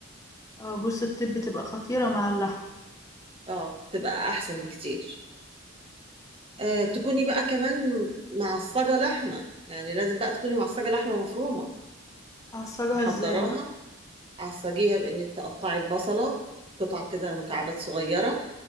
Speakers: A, on the left; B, on the right.
A: أه جوز الطيب بتبقى خطيرة مع اللحم
B: اه تبقى احسن بكتير آه تكوني بقى كمان معصجه لحمه يعني لازم بقى تكوني معصجه لحمه مفرومه
A: أعصجها
B: محضراها
A: إزاي بقى
B: عصجيها بانك تقطعي البصله قطع كده مكعبات صغيره